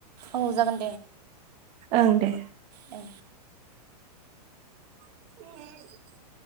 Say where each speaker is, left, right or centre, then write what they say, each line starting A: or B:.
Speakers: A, on the right; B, on the right.
A: औ जागोन
B: ओं दे।
A: औ।
B: <inaudible>